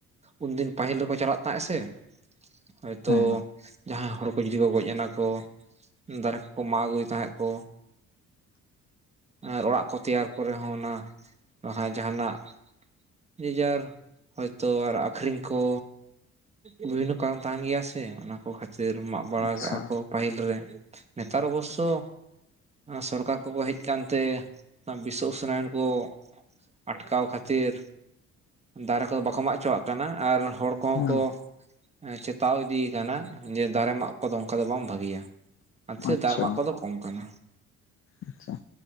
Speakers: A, on the right; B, on the left.
A: ᱩᱱᱫᱤᱱ ᱯᱟᱹᱦᱤᱞ ᱨᱮᱠᱚ ᱪᱟᱞᱟᱜ ᱛᱟᱦᱮᱸᱜ-ᱟ ᱥᱮ᱾ ᱦᱚᱭᱛᱳ
B: ᱦᱮᱸ
A: ᱡᱟᱦᱟᱸᱭ ᱦᱚᱲ ᱡᱩᱫᱤ ᱠᱚ ᱜᱚᱡ ᱮᱱᱟ ᱠᱚ, ᱫᱟᱨᱮ ᱠᱚᱠᱚ ᱢᱟᱜ ᱟᱹᱜᱩᱭ ᱛᱟᱦᱮᱸᱜ ᱠᱚ᱾ ᱟᱨ ᱚᱲᱟᱜ ᱠᱚ ᱛᱮᱭᱟᱨ ᱠᱚᱨᱮ ᱦᱚᱸ ᱚᱱᱟ ᱡᱟᱦᱟᱱᱟᱜ ᱡᱮᱡᱟᱨ ᱦᱚᱭᱛᱚ ᱟᱨ ᱟᱠᱷᱨᱤᱧ ᱠᱚ᱾ ᱵᱤᱵᱷᱤᱱᱱᱚ ᱠᱟᱨᱚᱱ ᱛᱟᱦᱮᱱ ᱜᱮᱭᱟ ᱥᱮ ᱚᱱᱟ ᱠᱚ ᱠᱷᱟᱹᱛ ᱛᱤᱨ ᱢᱟᱜ ᱵᱟᱲᱟ
B: ᱟᱪᱪᱷᱟ
A: ᱠᱟᱜᱼᱟ ᱠᱚ, ᱯᱟᱹᱦᱤᱞ ᱨᱮ ᱱᱮᱛᱟᱨ ᱚᱵᱚᱥᱥᱳ ᱥᱚᱨᱠᱟᱨ ᱠᱚᱠᱚ ᱦᱮᱡ ᱠᱟᱱᱛᱮ ᱵᱤᱥᱥᱚ ᱩᱥᱱᱟᱭᱚᱱ ᱠᱚ ᱟᱴᱠᱟᱣ ᱠᱷᱟᱹᱛᱤᱨ ᱫᱟᱨᱮ ᱠᱚᱫᱚ ᱵᱟᱠᱚ ᱢᱟᱜ ᱪᱚᱣᱟᱜ ᱠᱟᱱᱟ ᱟᱨ ᱦᱚᱲ ᱠᱚᱦᱚᱸ
B: ᱦᱮᱸ
A: ᱠᱚ ᱪᱮᱛᱟᱣ ᱤᱫᱤ ᱠᱟᱱᱟ ᱡᱮ ᱫᱟᱨᱮ ᱢᱟᱜ ᱠᱚᱫᱚ ᱚᱱᱠᱟ ᱫᱚ ᱵᱟᱝ ᱵᱷᱟᱜᱮᱭᱟ ᱟᱨ ᱛᱮ
B: ᱟᱪᱪᱷᱟ
A: ᱫᱟᱨᱮ ᱢᱟᱜ ᱠᱚᱫᱚ ᱠᱚᱢ ᱠᱟᱱᱟ᱾
B: ᱟᱪᱪᱷᱟ᱾